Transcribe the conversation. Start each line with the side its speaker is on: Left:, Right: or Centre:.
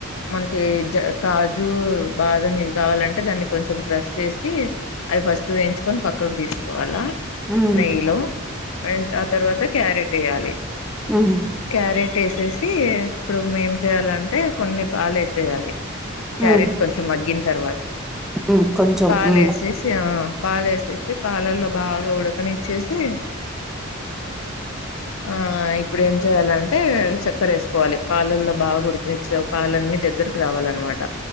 Left: మనకి జ కాజు బాదం ఇవి కావాలంటే దాన్ని కొంచెం క్రష్ చేసి అవి ఫస్ట్ వేయించుకొని పక్కకు తీసుకోవాలా
Centre: ఉమ్
Left: నెయ్యిలో ఆ తర్వాత క్యారెట్ వేయ్యాలి
Centre: హమ్
Left: క్యారెట్ ఏసేసి ఇప్పుడు ఏం చేయాలంటే కొన్ని పాలు వేసేయాలి క్యారెట్
Centre: ఉమ్
Left: కొంచెం మగ్గిన్ తర్వాత
Centre: ఉమ్ కొంచెం
Left: పాలు
Centre: ఉమ్
Left: వేసేసి ఆ పాలేసేసి పాలల్లో బాగా ఉడకనిచ్చేసి ఆ ఇప్పుడు ఏం చేయాలంటే చక్కర వేసుకోవాలి పాలల్లో బాగుడు పాలన్నీ దగ్గరకి రావాలనమాట